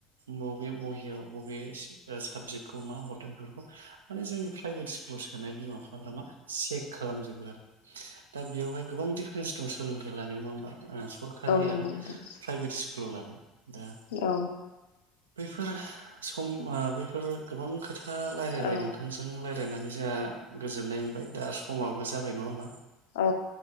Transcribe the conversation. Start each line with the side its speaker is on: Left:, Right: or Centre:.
Right: बबे बहियाव बबे स-साबजेक्टखौ मा हरदों बेफोरखौ माने जोंनि प्राइभेट स्कुलाव सोनाय बिमा बिफाफ्रा मा चेक खालामजोबो आरो दा बेयावहाय गोबां डिफारेन्स दंसै सोलोंथाय लानो नङा होमबा अ सरखारि
Left: नोंथां
Right: आरो प्राइभेट स्कुलाव लानो दा
Left: औ
Right: बैफोर सम आ बैफोर गोबां खोथा आ लायरायबाय
Left: औ
Right: नोंथांजों लायरायनानै जा गोजोननाय मोनबाय दा समाबो जाबाय नङा होमबा
Left: औ